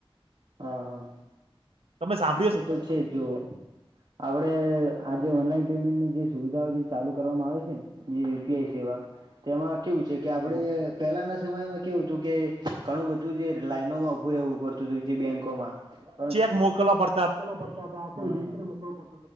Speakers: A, on the right (about 55°); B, on the right (about 80°).
A: હા હા
B: તમે સાં
A: હું તો છે જો આપણે આજે ઓનલાઈન પેમેન્ટની જે સુવિધાઓ જે ચાલુ કરવામાં આવે છે ને જે યુપીઆઈ સેવા તેમાં કેવું છે કે આપણે પહેલાના સમયમાં કેવું હતું કે ઘણું બધું જે લાઈનોમાં ઉભું રહેવું પડતું <unintelligible> બેંકોમાં પણ
B: મોકલા પર
A: મોકલવા પડતા હતા